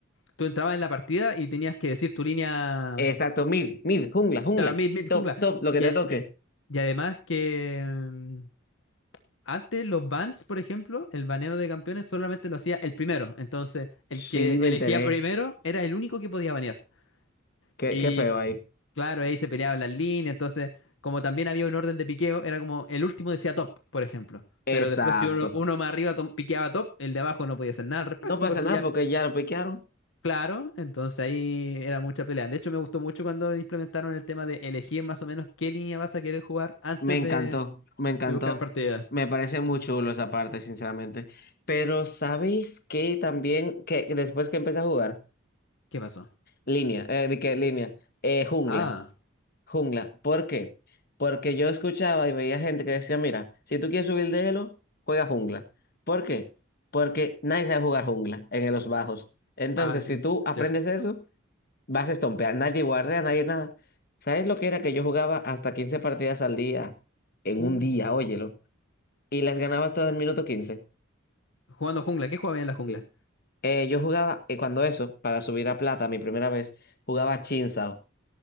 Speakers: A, on the left; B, on the left.
A: tú entrabas en la partida y tenías que decir tu línea,
B: Exacto, mid, mid, jungla, jungla.
A: claro, mid, mid,
B: Top,
A: jungla.
B: top, lo
A: Y,
B: que te
A: a-
B: toque.
A: y- y además que... mm, Antes los bans, por ejemplo, el baneo de campeones solamente lo hacía el primero. Entonces, el
B: Sí,
A: que
B: me
A: elegía
B: enteré.
A: primero era el único que podía banear.
B: Qué,
A: Y
B: qué feo ahí.
A: claro, ahí se peleaban las líneas. Entonces, como también había un orden de piqueo, era como el último decía top, por ejemplo.
B: Exacto.
A: Pero después, si uno, uno más arriba tom- piqueaba top, el de abajo no podía hacer nada al respecto,
B: No pasa
A: porque
B: nada
A: ya,
B: porque ya lo piquearon.
A: claro, entonces ahí era mucha pelea. De hecho, me gustó mucho cuando implementaron el tema de elegir más o menos qué línea vas a querer jugar antes
B: Me encantó,
A: de,
B: me encantó.
A: de buscar partida.
B: Me parece muy chulo esa parte, sinceramente. Pero ¿sabéis que también, que que después que empecé a jugar,
A: ¿Qué pasó?
B: línea, eh, ¿de qué línea? Eh, jungla,
A: Ah,
B: jungla. ¿Por qué? Porque yo escuchaba y veía gente que decía, mira, si tú quieres subir de elo, juega jungla. ¿Por qué? Porque nadie sabe jugar jungla en los bajos. Entonces,
A: ah, es-
B: si tú aprendes
A: cierto.
B: eso, Vas a estompear, nadie guardea, nadie nada. ¿Sabes lo que era que yo jugaba hasta 15 partidas al día en
A: Uh,
B: un día, óyelo? Y las ganabas todas en minuto quince
A: jugando jungla. ¿Qué juega bien en la jungla?
B: Sí. Eh, yo jugaba, y cuando eso, para subir a plata, mi primera vez, jugaba Chinsao.